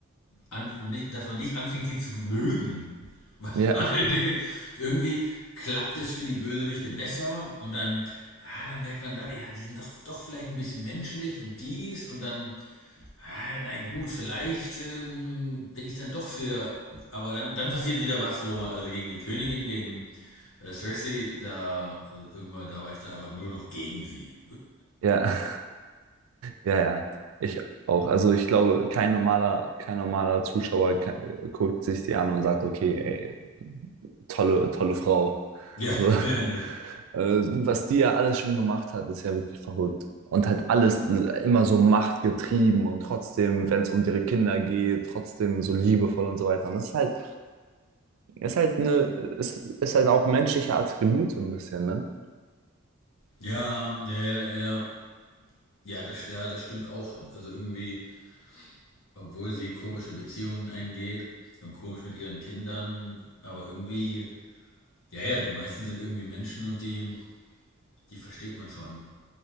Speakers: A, on the left; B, on the right.
A: an, nicht, dass man nicht anfängt, die zu mögen. <laughs>
B: Ja,
A: Weil die, irgendwie klappt es für die Bösewichte besser und dann, ah, dann merkt man da, ja, die sind doch, doch vielleicht ein bisschen menschlich und dies und dann, ah, na gut, vielleicht ähm, bin ich dann doch für, aber dann, dann passiert wieder was, wo man, also gegen die Königin, gegen äh, Cersei, da äh, irgendwann, da war ich dann einfach nur noch gegen sie.
B: <laughs> ja, ja, ja. Ich auch. Also ich glaube, kein normaler, kein normaler Zuschauer ke- äh, guckt sich die an und sagt, okay, ey, tolle, tolle Frau.
A: Ja,
B: So.
A: <laughs>
B: <laughs>
A: ja, ne.
B: Äh, Was die ja alles schon gemacht hat, ist ja wirklich verrückt. Und halt alles immer so machtgetrieben und trotzdem, wenn es um ihre Kinder geht, trotzdem so liebevoll und so weiter. Und das ist halt, ist halt eine, ist, ist halt auch menschliche Attribute ein bisschen, ne?
A: ja, ja, ja, ja, ja, das, ja, das stimmt auch. Also irgendwie obwohl sie komische Beziehungen eingeht und komisch mit ihren Kindern, aber irgendwie, ja, ja, die meisten sind irgendwie Menschen und die, die versteht man schon.